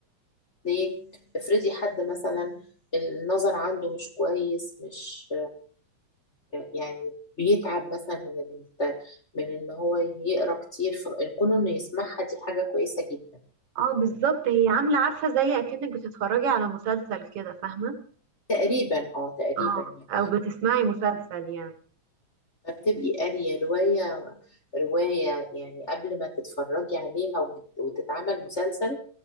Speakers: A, on the left; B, on the right.
A: ليه افرضي حد مثلا النظر عنده مش كويس مش يعني بيتعب مثلا من ال... من ان هو يقرا كتير فكون انه يسمعها دي حاجة كويسة جدا
B: اه بالظبط هي عامله عارفه زي اكنك بتتفرجي على مسلسل كده فاهمه
A: تقريبا اه تقريبا
B: اه
A: يعني
B: او بتسمعي مسلسل يعني
A: ما بتبقي قارية رواية رواية يعني قبل ما تتفرجي عليها وبت- وتتعمل مسلسل